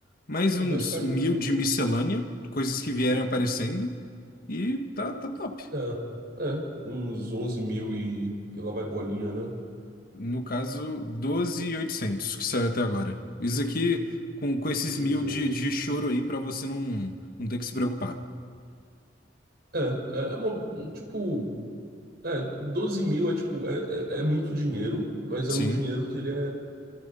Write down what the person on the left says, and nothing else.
Mais
uns
mil
de miscelânea, coisas que vierem aparecendo, e tá, tá top.
No caso, 12.800 que saiu até agora. Isso aqui com, com esses
mil de, de choro aí pra você não, não ter que se preocupar.
Sim,